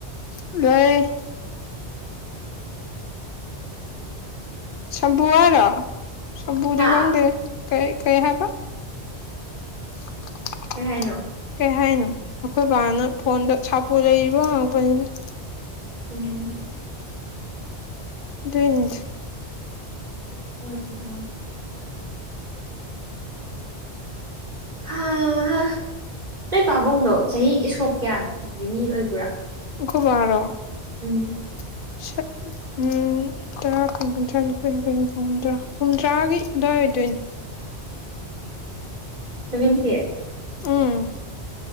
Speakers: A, on the left (about 55°); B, on the right (about 45°).
A: ꯂꯩ ꯁꯝꯄꯨ ꯍꯥꯢꯔꯣ ꯁꯝꯄꯨꯗꯤ
B: ꯍꯥ
A: ꯈꯪꯗꯦꯒꯦ ꯀꯩ ꯀꯩ ꯍꯥꯕ <inaudible>
B: ꯀꯩ ꯍꯥꯏꯅꯣ
A: ꯀꯩ ꯍꯥꯏꯅꯣ ꯑꯈꯣꯏ ꯕꯥꯅ ꯐꯣꯟꯗ ꯁꯥꯄꯣ ꯂꯩꯔꯤꯕ ꯍꯉꯛꯄꯅꯤꯗ
B: ꯎꯝ
A: ꯗꯨꯏꯅꯤ
B: <inaudible> ꯍꯥ ꯍꯥ ꯅꯣꯏ ꯄꯥꯕꯨꯡꯗꯣ ꯆꯍꯤ ꯁꯣꯛ ꯀꯌꯥꯒꯤ ꯃꯤ ꯑꯣꯏꯕ꯭ꯔꯥ
A: ꯑꯈꯣꯕꯥꯔꯣ
B: ꯎꯝ
A: <inaudible> ꯎꯝ ꯇꯔꯥ ꯀꯨꯟ ꯀꯨꯟꯊ꯭ꯔꯥ ꯅꯤꯐꯨ ꯌꯥꯡꯈꯩ ꯍꯨꯝꯐꯨ ꯍꯨꯝꯗ꯭ꯔꯥ ꯍꯨꯝꯗ꯭ꯔꯥꯒꯤ ꯑꯗ꯭ꯋꯥꯏ ꯑꯣꯏꯗꯣꯏꯅꯦ
B: <unintelligible>
A: ꯎꯝ